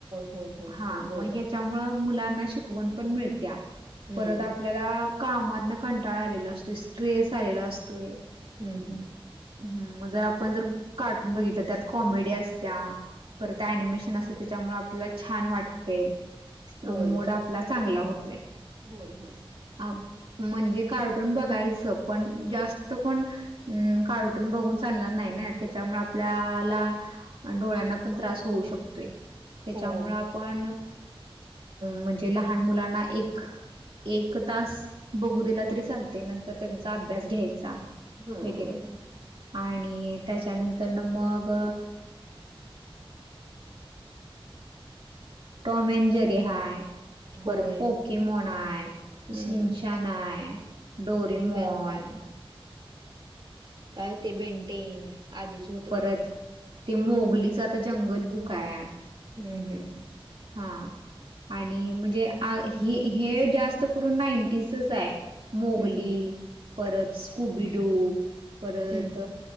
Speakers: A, on the right; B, on the right.
A: होय, होय,
B: हा
A: होय.
B: मग
A: बरोबर.
B: ह्याच्यामुळ मुलांना शिक वण पण मिळत्या
A: हम्म,
B: परत आपल्याला कामातन कंटाळा आलेला असतो. स्ट्रेस आलेला असतोय.
A: हम्म, हम्म.
B: हं मग जर आपण जर कार्टून बघितलं त्यात कॉमेडी असतीया. परत अ‍ॅनिमेशन असं त्याच्यामुळे आपल्याला छान वाटते.
A: होय.
B: मूड आपला चांगला होतोय.
A: होय होय.
B: ह म्हणजे कार्टून बघायचं पण जास्त पण कार्ट बघून चालणार नाही ना त्याच्यामुळे आपल्याला आणि डोळ्यांना पण त्रास होऊ शकतोय त्याच्यामुळ
A: होय.
B: पण अ म्हणजे लहान मुलांना एक एक तास बघू दिला तरी चालतय नंतर त्यांचा अभ्यास घ्यायचा.
A: हंहं.
B: वगैरे आणि त्याच्यानंतर न मग टॉम ॲन जेरि हाय
A: होय.
B: परत पोकेमॉन आहे
A: हम्म.
B: सिंचेन आहे डोरीमॉन
A: बॅट बँड
B: म्हन
A: काय ते बेंटेन आधीच होत.
B: परत ते मोगलीच आता जंगल बुक आहे.
A: हं हं.
B: हा. आणि म्हणजे हे जास्त करून नाईंटीजसच आहे. मोगली,
A: हम्म, हम्म.
B: परत स्कुबिडो, परत
A: हम्म.